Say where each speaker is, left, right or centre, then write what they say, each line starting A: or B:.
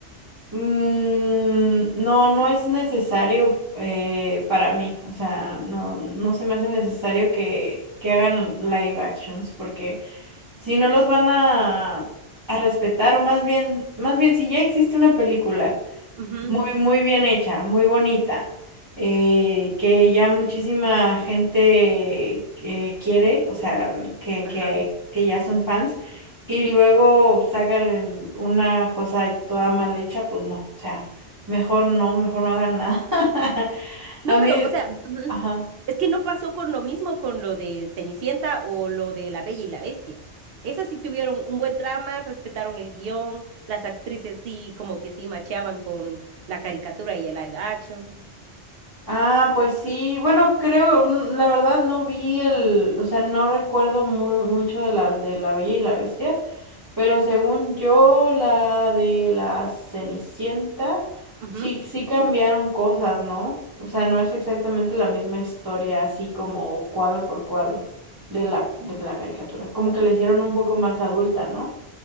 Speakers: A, on the right; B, on the right.
A: Mm, no, no es necesario eh, para mí, o sea, no, no se me hace necesario que, que hagan live actions, porque si no los van a, a respetar, o más bien, más bien si ya existe una película
B: Ujú,
A: muy, muy bien hecha, muy bonita, eh, que ya muchísima gente eh, quiere, o sea, que,
B: ajá.
A: que, que ya son fans, y luego sacan el- una cosa toda mal hecha, pues no, o sea, mejor no, mejor no hagan nada. <laughs>
B: No,
A: A mí,
B: pero, o sea, ujú.
A: ajá.
B: Es que no pasó con lo mismo con lo de Cenicienta o lo de La Bella y la Bestia. Esas sí tuvieron un buen trama, respetaron el guión, las actrices sí, como que sí macheaban con la caricatura y el live action.
A: Ah, pues sí, bueno, creo, mm, la verdad no vi el, o sea, no recuerdo muy, mucho de la, de La Bella y la Bestia. Pero según yo, la de la Cenicienta,
B: Ujú.
A: sí, sí cambiaron cosas, ¿no? O sea, no es exactamente la misma historia, así como cuadro por cuadro de la, de la caricatura. Como que la hicieron un poco más adulta, ¿no?